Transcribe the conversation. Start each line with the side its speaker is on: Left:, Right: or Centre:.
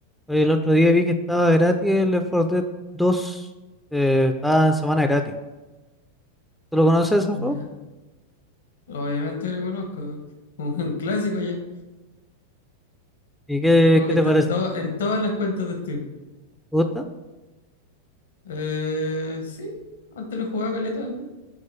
Centre: Oye, el otro día vi que estaba gratis el Left 4 Dead 2. eh, estaba en semana gratis. ¿Tú lo conoces ese
Left: Ya.
Centre: juego?
Left: Obviamente lo conozco. Un, un clásico ya.
Centre: ¿Y qué,
Left: Un juego
Centre: qué
Left: que
Centre: te
Left: está
Centre: parece?
Left: en, to-
Centre: ¿Te
Left: en todas las cuentas de Steam.
Centre: gusta?
Left: Eh, sí, antes lo jugaba caleta.